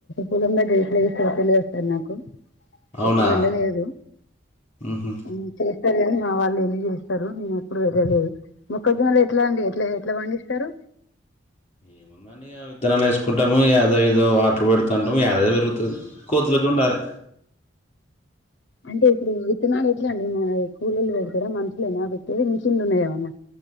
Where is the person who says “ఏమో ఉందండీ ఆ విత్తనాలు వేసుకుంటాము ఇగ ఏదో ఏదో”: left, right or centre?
Left